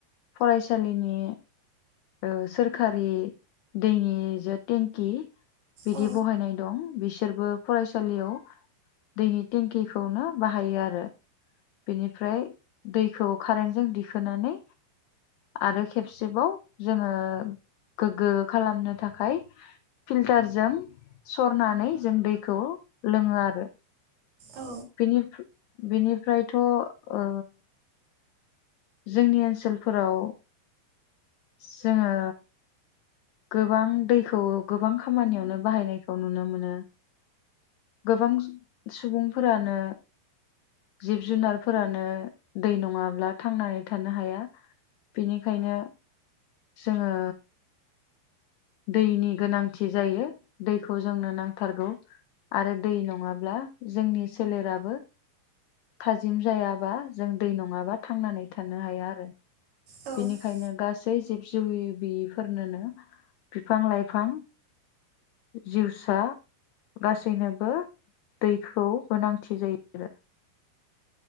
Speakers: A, on the left; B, on the right.
A: फरायसालिनि ओ सोर सरखारि दैनि जे टेंकि बिदि
B: औ
A: बहायनाय दं बिसोरबो फरायसालियाव दैनि टेंकिखौनो बाहायो आरो बेनिफ्राय दैखौ कारेन्टजों दिखोनानै आरो खेबसेबाव जोंङो गोग्गो खालामनो थाखाय फिल्टारजों सरनानै जों दैखौ लोंङो आरो
B: औ
A: बिनि बिनिफ्रायथ ओ जोंनि ओनसोलफोराव जोङो गोबां दैखौ गोबां खामानियावनो बाहायनायखौ नुनो मोनो गोबां सुबुंफोरानो जिब जुनारफोरानो दै नङाब्ला थांनानै थानो हाया बेनिखायनो। जोङो। दैनि गोनांथि जायो दैखौ जोंनो नांथारगौ आरो दै नङाब्लाथाय जोंनि सोलेराबो थाजिम जायाबा जों दै नङाबा थांनानै थानो हाया आरो
B: औ
A: बेनिखायनो गासै जिब जिवि बिफोरनोनो। बिफां लाइफां जिउसा गासैनोबो दैखौ गोनांथि जायो आरो।